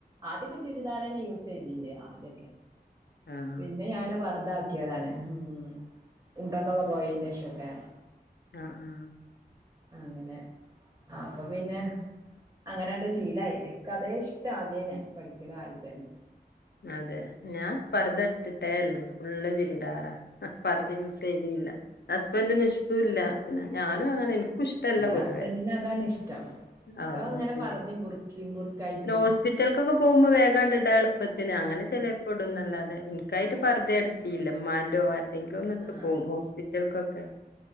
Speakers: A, on the right (about 20°); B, on the left (about 80°).
A: ആദ്യൊക്കെ ചുരിദാർ തന്നെ യൂസ് ചെയ്തില്ലേ ആദ്യൊക്കെ
B: ആഹ്
A: പിന്നെ ഞാന് പറ അതാക്കിയതാണ് ഉം ഉണ്ടക്കൊക്കെ പോയതിന് ശേഷക്കെ
B: ആഹ് ആഹ്
A: അങ്ങനെ അപ്പൊ പിന്നെ അങ്ങനെണ്ട് ശീലായിത് ഇക്ക് അതേ ഇഷ്ടം ആദ്യന്നെ പഠിക്കുന്ന കാലത്തന്നെ
B: അതെ ഞാൻ പറത ഇട്ടിട്ടേ ഇല്ല ഫുൾ ചുരിദാറാ അ പർദ്ദ യൂസ് ചെയ്യലില്ല ഹസ്ബൻഡിന് ഇഷ്ട്ടല്ല പിന്നെ ഞാനും അങ്ങനെ എനിക്കും ഇഷ്ടല്ല
A: ഇവിടെ
B: പൊതുവേ
A: ഹസ്ബൻഡിന് അതാണ് ഇഷ്ടം എനക്ക്
B: ആഹ്
A: അങ്ങനെ
B: ശരി
A: പർദ്ദയും ബുർക്കയും ബുർക്കായിട്ട്
B: ഒരു ഹോസ്പിറ്റലക്കൊക്കെ പോകുമ്പോ വേഗാണ്ട് ഇടാൻ എളുപ്പം ത്തിന് അങ്ങനെ ചിലേപ്പൊ ഇടുന്ന് അല്ലാതെ എനിക്കായിട്ട് പർദ്ദ ഞാനെടത്തീല്ല ഇമ്മന്റെ ആര് എന്തെങ്കിലും ഒന്നിട്ട്
A: ആഹ്
B: പോകും ഹോസ്പിറ്റലക്കൊക്കെ